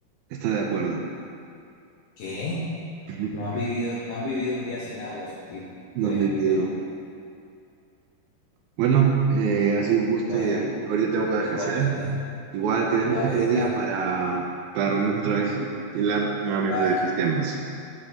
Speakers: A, on the right; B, on the left.
A: está de acuerdo.
B: ¿Qué?
A: <laughs>
B: No han vivido, no han vivido un día sin agua esos tipos.
A: No
B: Créeme
A: me olvido.
B: que no.
A: Bueno, eh, ha sido un gusto.
B: Bueno,
A: De, ahorita tengo cosas
B: igualmente.
A: que hacer. Igual quedemos
B: Dale,
A: otro
B: Dylan.
A: día para, para reunirnos otra vez y hablar nuevamente
B: Va.
A: de estos temas.